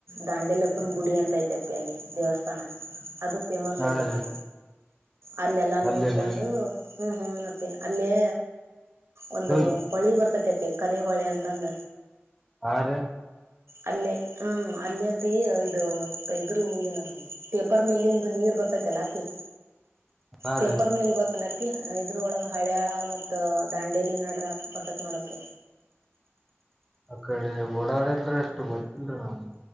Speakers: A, on the right; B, in the centre.
A: ದಾಂಡೆಲ್ಪ್ಪನ ಗುಡಿಯ ಎಂತ ಐತೆ ಅಪ್ಪಿ ಅಲ್ಲಿ ದೇವಸ್ಥಾನ ಅದು ಫೇಮಸ್
B: ಹಾ
A: ಐತಪಿ
B: ರೀ
A: ಅಲ್ಲೆಲ್ಲಾ
B: ಅಲ್ಲಿ
A: ನೋಡ್ಕೊಂಡು
B: ರೀ
A: ಹ್ಮ ಹ್ಮನಪ್ಪಿ ಅಲ್ಲೇ ಒಂದು
B: ಹೋಯ್
A: ಹೊಳಿ ಬರ್ತತಿ ಅಪ್ಪಿ ಕರಿ ಹೊಳಿ ಅಂತಂದ
B: ಹಾ ರಿ.
A: ಅಲ್ಲೇ ಹ್ಮ ಅಲ್ಲೇತಿ ಇದು ಇದ್ ಏನ ಪೇಪರ್ ಮಿಲ್ಲಿಂದು ನೀರ್ ಬತಕಲಾಪಿ
B: ಹಾ
A: ಪೇಪರ್
B: ರೀ
A: ಮಲ್ ಗೊತ್ತ ಇದ್ರೊಳಗೆ ಹಳಯಾಳ ಮತ್ತು ದಾಂಡೇಲಿ ನಡ್ರ ಬರ್ತಕ್ ನೋಡಕ
B: ಆ ಕಡೆ ಓಡಾಡಲ್ರ ಅಷ್ಟು ಗೊತ್ತಿಲ್ರಿ ನಂಗ್